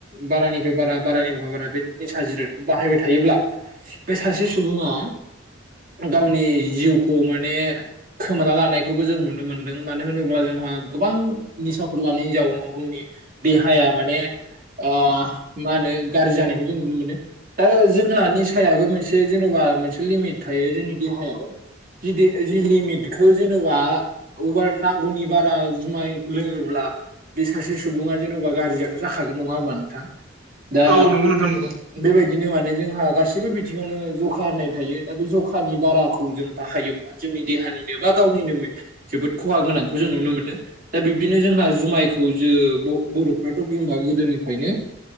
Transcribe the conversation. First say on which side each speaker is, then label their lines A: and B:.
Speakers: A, on the right (about 45°); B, on the right (about 80°).
A: बारानिफ्राय बारा बारानिफ्राय बारा बे निसा जिराद बाहायबाय थायोब्ला बे सासे सुबुङा गावनि जिउखौ माने खोमाना लानायखौबो जों नुनो मोन्दों मानो होनोब्ला जोंहा गोबां निसाफोर लानायनि जाउनाव जोंनि देहाया माने आ मा होनो गाज्रि जानायखौ जों नुनो मोनो दा जोंहा निसायाबो मोनसे जेन'बा मोनसे लिमिट थायो जोंनि देहायाव जिदि जि लिमिटखौ जेनेबा अबार नांगौनि बारा जुमाय लोङोब्ला बे सासे सुबुङा जेन'बा गाज्रिआथ' जाखागोन नङा होमबा नोंथां दा
B: औ नंगौ नोंथां नंगौ
A: बेबायदिनो माने जोंहा गासैबो बिथिङावनो जखा होननाय थायो दा बे जखानि बाराखौ जों बाहायोब्ला जोंनि देहानिनो बा गावनिनो मोन जोबोद खहा गोनांखौ जों नुनो मोनो दा बिब्दिनो जोंहा जुमायख खौ जो ब-बर'फ्राथ' बुंबा गोदोनिफ्रायनो